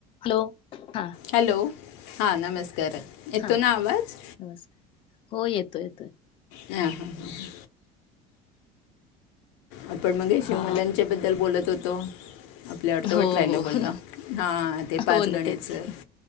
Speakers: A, on the left; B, on the left.
A: Hello. हा
B: hello, हा नमस्कार. येतो
A: हा,
B: ना आवाज
A: नमस्कार. हो येतो येतोय.
B: हा हा हा हा आपण मग शिव
A: हा
B: मुलांच्या बद्दल बोलत होतो आपलं अर्धवट
A: हो
B: राहिलं
A: हो
B: बोलण हा ते पाचगणीचं
A: हो ना तेच की